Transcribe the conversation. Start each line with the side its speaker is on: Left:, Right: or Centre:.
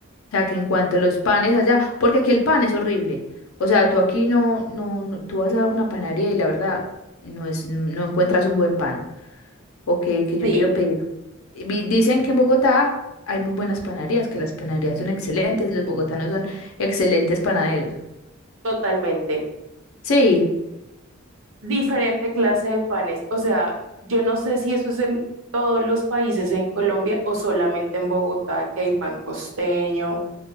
Left: sea, que en cuanto a los panes allá, porque aquí el pan es horrible. O sea, tú aquí no, no, no- tú vas a una panadería y la verdad no es, no encuentras un buen pan. O que, que yo
Right: sí,
Left: quiero pedir. Vi- Dicen que en Bogotá hay muy buenas panaderías, que las panaderías son excelentes, los bogotanos son excelentes panaderos.
Right: totalmente.
Left: Sí,
Right: diferente clase de panes. O sea, yo no sé si eso es en todos los países en Colombia o solamente en Bogotá, que hay pan costeño,